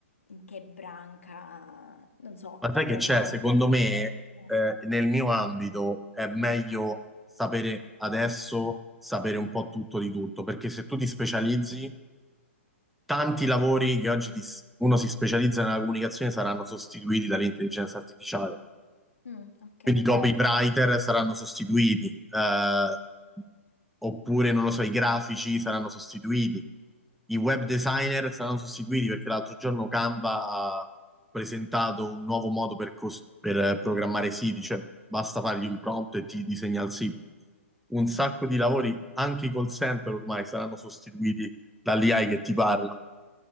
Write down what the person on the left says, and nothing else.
in che branca, non so,
ti
trovi
meglio.
Mm.
Mm.
Mm,
Mm, Ok.